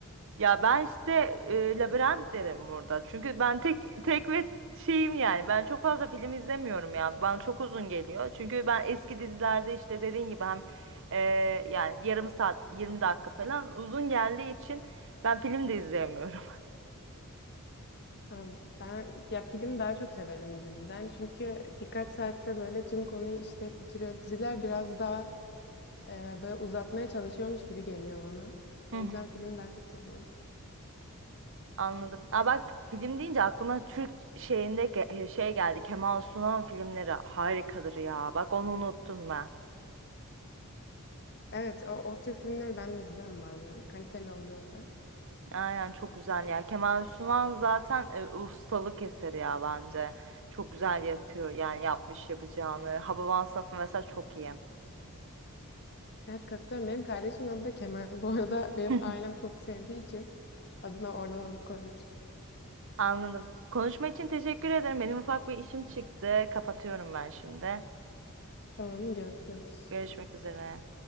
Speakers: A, on the right; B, on the left.
A: Ya ben işte e, labirent derim burada. Çünkü ben tek tek ve şeyim yani. Ben çok fazla film izlemiyorum yani. Bana çok uzun geliyor. Çünkü ben eski dizilerde işte dediğin gibi hem e, yani yarım saat 20 dakika falan uzun geldiği için ben film de izleyemiyorum.
B: Ha, Ben ya film daha çok severim diziden çünkü birkaç saatte böyle tüm konuyu işleyip bitiriyor. Diziler biraz daha e, böyle uzatmaya çalışıyormuş gibi geliyor bana.
A: <laughs> Hı
B: O
A: hı.
B: yüzden filmi ben çok seviyorum.
A: Anladım. Aa bak film deyince aklıma Türk şeyinde ge- şey geldi. Kemal Sunal filmleri harikadır ya. Bak onu unuttum ben.
B: Evet, o, o tür filmleri ben de izliyorum bazen. Kaliteli oluyorlar.
A: Aynen çok güzel ya. Kemal Sunal zaten e, ustalık eseri ya bence. Çok güzel yapıyor yani yapmış yapacağını. Hababam sınıfı mesela çok iyi.
B: Evet katılıyorum. Benim kardeşimin adı da Kemal. <laughs> Bu arada benim
A: <laughs>
B: ailem çok sevdiği için adına oradan alıp koymuştum.
A: Anladım. Konuşma için teşekkür ederim. Benim ufak bir işim çıktı. Kapatıyorum ben şimdi.
B: Tamam, görüşürüz.
A: Görüşmek üzere.